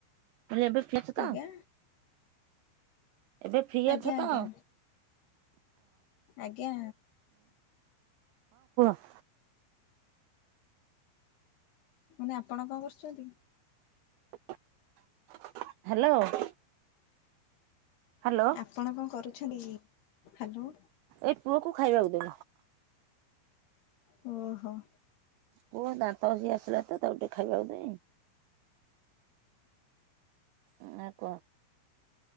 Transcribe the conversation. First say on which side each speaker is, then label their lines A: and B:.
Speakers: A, on the right (about 90°); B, on the left (about 60°).
A: ଏବେ ଫ୍ରି ଅଛ ତ?
B: ଆଜ୍ଞା
A: ଏବେ ଫ୍ରି
B: ଆଜ୍ଞା
A: ଅଛ ତ?
B: ଆଜ୍ଞା ଆଜ୍ଞା
A: <inaudible>
B: ନେ ଆପଣ ଙ୍କ କରୁଚନ୍ତି?
A: <unintelligible> ହାଲୋ।
B: ଆପଣ ଙ୍କ କରୁଛନ୍ତି କି? ହ୍ୟାଲୋ!
A: ଏଇ ପୁଅ କୁ ଖାଇବାକୁ ଦେ
B: <inaudible> ଓହୋ।
A: ପୁଅ ଦାନ୍ତ ଘଷି ଆସିଲା ତ, ତାକୁ ଟିକେ ଖାଇବାକୁ ଦେଇଁ। <inaudible>